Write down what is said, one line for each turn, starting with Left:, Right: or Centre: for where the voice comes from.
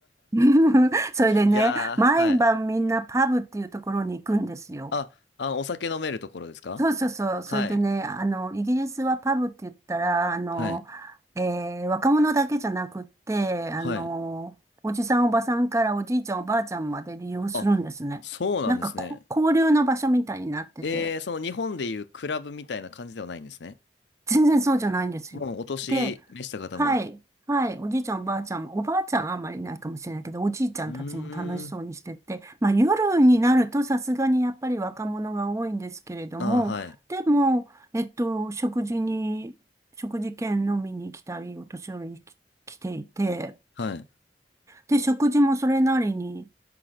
Right: <laughs> それでね、
Left: いやー、
Right: 毎晩みんなパブっていうところに行くんですよ。
Left: はい。あ、あの、お酒飲めるところですか
Right: そうそうそう。それでね、
Left: はい。
Right: あの、イギリスはパブって言ったら、あの、
Left: はい。
Right: えー若者だけじゃなくって、あの、
Left: はい。
Right: おじさんおばさんからおじいちゃんおばあちゃんまで利用するんですね。
Left: あ、そうなんですね。
Right: なんかこ、交流の場所みたいになってて。
Left: えー、その日本でいうクラブみたいな感じではないんですね。
Right: 全然そうじゃないんですよ。
Left: もうお年召した方も。
Right: で、はい、はい、おじいちゃん、おばあちゃんも、おばあちゃんはあんまりいないかもしれないけど、おじいちゃんたちも楽しそうにしてて、
Left: うーん。
Right: まあ夜になるとさすがにやっぱり若者が多いんですけれども、
Left: ああ、はい。
Right: でも、えっと、食事に、食事券飲みに来たり、お年寄りに来来ていて、
Left: はい。
Right: で、食事もそれなりに